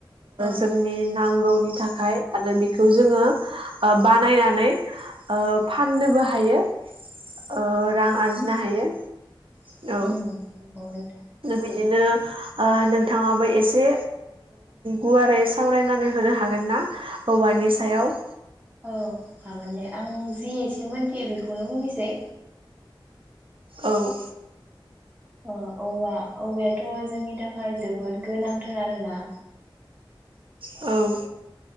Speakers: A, on the right; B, on the right.
A: औ
B: जोंनि नांगौनि थाख फाय आरो बिखौ जोङो ओ बानायनानै ओ फाननोबो हायो। ओ रां आरजिनो हायो।
A: उम
B: औ
A: <unintelligible>
B: बिदिनो नोंथाङाबो एसे गुवारै सावरायनानै होनो हागोन ना औवानि सायाव?
A: औ हागोन दे आं जि एसे मोनथियो बेखौनो बुंनोसै।
B: औ
A: अ औवा औवायथ' जोंनि थाखाय जोबोद गोनांथार आरो ना
B: औ